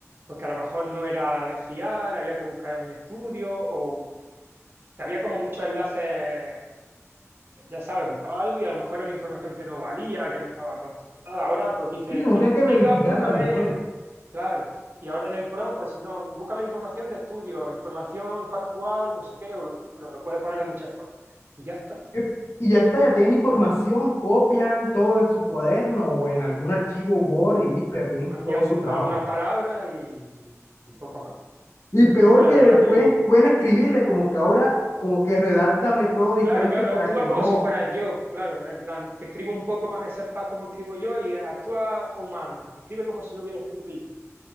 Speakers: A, on the right (about 40°); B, on the left (about 60°).
A: pues que a lo mejor no era de fiar, había que buscar un estudio o un que había como muchos enlaces ya sabes, buscaba algo y a lo mejor era una información que no valía, que no estaba contrastada. Ahora pues dicen,
B: Sí, no
A: investiga,
B: tienen que verificarla
A: búscame,
B: después.
A: claro. Y ahora en el PROM, pues no, búscame información de estudios, información factual, no sé qué, o lo, lo- lo puedes poner de muchas formas. Y ya está.
B: Eh, Y ya está, ya tienen la información, copian todo en su cuaderno o en algún archivo Word y listo, ya tienen
A: Cambian
B: todo su trabajo.
A: algunas palabras y, y poco más.
B: Y
A: Y
B: peor
A: sí, la
B: que
A: verdad que,
B: pueden, pueden escribirle como que ahora, como que redáctame todo diferente
A: claro, claro,
B: para
A: actúa
B: que
A: como
B: no,
A: si fueras yo, claro, en plan, te escribo un poco para que sepas cómo escribo yo y actúa humano, escribe como si lo hubiera escrito yo,